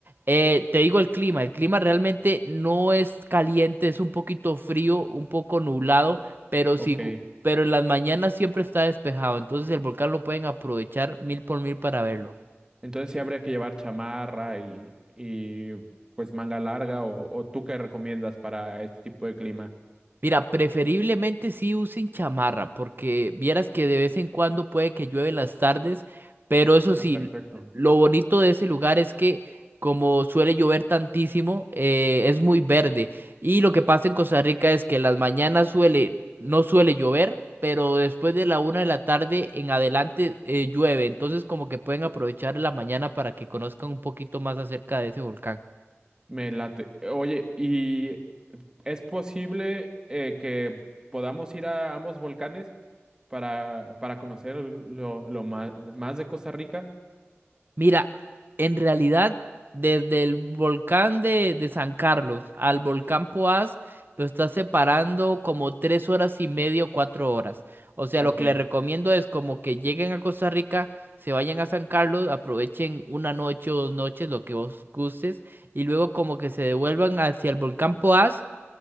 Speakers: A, on the right; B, on the right.
A: Eh, te digo el clima, el clima realmente no es caliente, es un poquito frío, un poco nublado, pero
B: Ok.
A: sí, gu- pero en las mañanas siempre está despejado, entonces el volcán lo pueden aprovechar mil por mil para verlo.
B: Entonces sí habría que llevar chamarra y, y pues manga larga o, o tú qué recomiendas para este tipo de clima.
A: Mira, preferiblemente sí usen chamarra, porque vieras que de vez en cuando puede que llueve en las tardes, pero eso sí,
B: Ah, perfecto.
A: lo bonito de ese lugar es que como suele llover tantísimo, eh, es muy verde. Y lo que pasa en Costa Rica es que en las mañanas suele, no suele llover, pero después de la una de la tarde en adelante eh, llueve. Entonces como que pueden aprovechar la mañana para que conozcan un poquito más acerca de ese volcán.
B: Me late. Oye, ¿y es posible eh, que podamos ir a ambos volcanes para, para conocer lo, lo ma- más, de Costa Rica?
A: Mira, en realidad, desde el volcán de, de San Carlos al volcán Poás, lo está separando como tres horas y media o cuatro horas. O sea,
B: Ok.
A: lo que les recomiendo es como que lleguen a Costa Rica, se vayan a San Carlos, aprovechen una noche o dos noches, lo que vos gustes, y luego como que se devuelvan hacia el volcán Poás